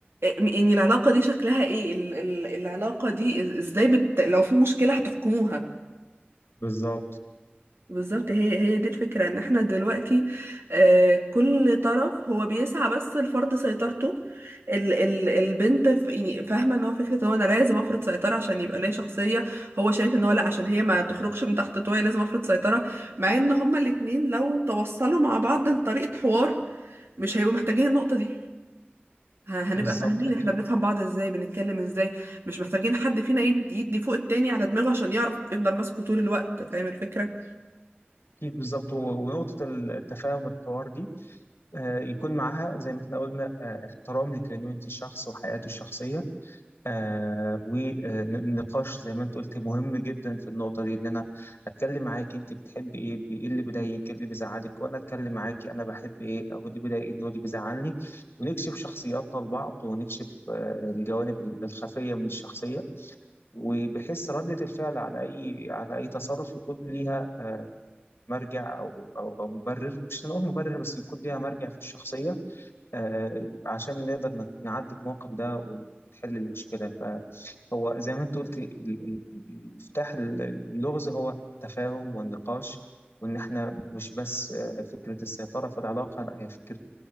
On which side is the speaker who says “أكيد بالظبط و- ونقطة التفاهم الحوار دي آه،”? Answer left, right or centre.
Left